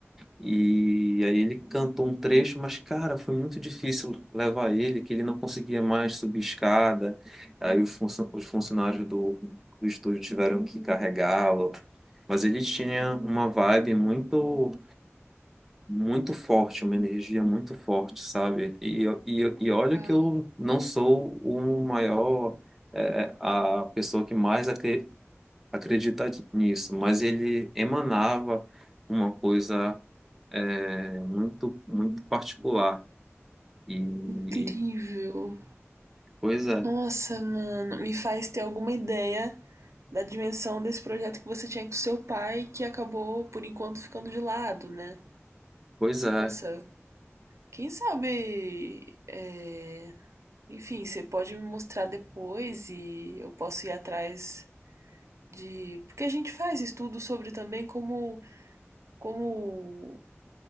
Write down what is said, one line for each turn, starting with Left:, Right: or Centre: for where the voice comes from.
Centre: E aí ele cantou um trecho, mas, cara, foi muito difícil levar ele, que ele não conseguia mais subir escada. Aí os funcio- os funcionários do, do estúdio tiveram que carregá-lo. Mas ele tinha uma vibe muito muito forte, uma energia muito forte, sabe? E, eu- e, eu- e olha
Right: Uau,
Centre: que eu não sou o maior, é, a pessoa que mais acre- acredita nisso, mas ele emanava uma coisa, é, muito, muito particular. E,
Right: que incrível.
Centre: pois é,
Right: Nossa, mano, me faz ter alguma ideia da dimensão desse projeto que você tinha com seu pai, que acabou, por enquanto, ficando de lado, né?
Centre: pois é,
Right: Nossa, quem sabe. é, Enfim, você pode me mostrar depois e eu posso ir atrás de. Porque a gente faz estudo sobre também como, como